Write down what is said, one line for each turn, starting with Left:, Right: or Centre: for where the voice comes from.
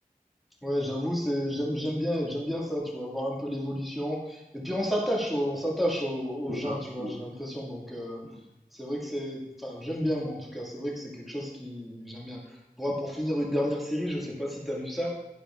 Centre: Ouais, j'avoue, c'est j'aime j'aime bien j'aime bien ça, tu vois, voir un peu l'évolution. Et puis on s'attache aux, on s'attache aux, aux
Right: C'est
Centre: gens,
Right: ça,
Centre: tu vois,
Right: oui.
Centre: j'ai l'impression. Donc euh,
Right: Mm.
Centre: c'est vrai que c'est, enfin j'aime bien moi en tout cas. C'est vrai que c'est quelque chose qui j'aime bien. Pour pour finir une dernière série, je sais pas si t'as vu ça,